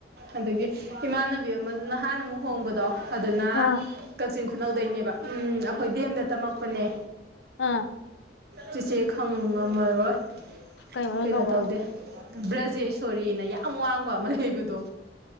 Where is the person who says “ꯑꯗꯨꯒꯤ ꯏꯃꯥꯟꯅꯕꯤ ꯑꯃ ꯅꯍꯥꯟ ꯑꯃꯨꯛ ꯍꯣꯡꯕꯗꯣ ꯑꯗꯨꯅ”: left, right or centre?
Right